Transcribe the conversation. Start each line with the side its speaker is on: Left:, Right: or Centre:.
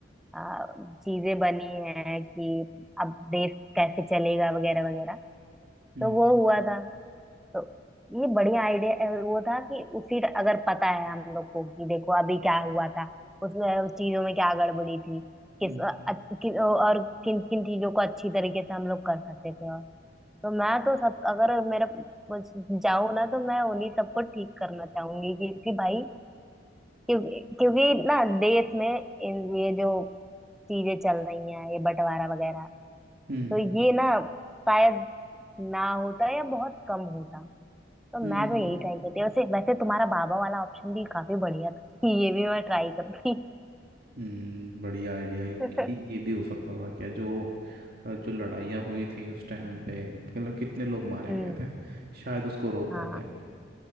Centre: आ, चीजें बनी हैं कि अब देश कैसे चलेगा वगैरह वगैरह
Right: हम्म
Centre: तो वो हुआ था तो ये बढ़िया आइडिया वो था कि उसी अगर पता है हम लोग को कि देखो अभी क्या हुआ था उसमें चीजों में क्या गड़बड़ी थी किस
Right: हम्म
Centre: अ- कि, और किन किन चीजों को अच्छी तरीके से हम लोग कर सकते थे और तो मैं तो सब अगर मेरा कुछ जाऊं ना तो मैं उन्हीं सबको ठीक करना चाहूंगी क्योंकि भाई क्योंकि क्योंकि ना देश में इन- ये जो चीजें चल रही हैं ये बंटवारा वगैरह
Right: हम्म
Centre: तो ये ना शायद ना होता या बहुत कम होता तो
Right: हम्म
Centre: मैं तो यही ट्राई करती वैसे वैसे तुम्हारा बाबा वाला ऑप्शन भी काफी बढ़िया था कि ये भी मैं ट्राई करती
Right: हम्म, बढ़िया आइडिया
Centre: <laughs>
Right: कि ये भी हो सकता था क्या जो जो लड़ाइयाँ हुई थी उस टाइम पे मतलब कितने लोग मारे
Centre: हम्म
Right: गए थे शायद उसको रोक
Centre: हाँ
Right: पाते हैं,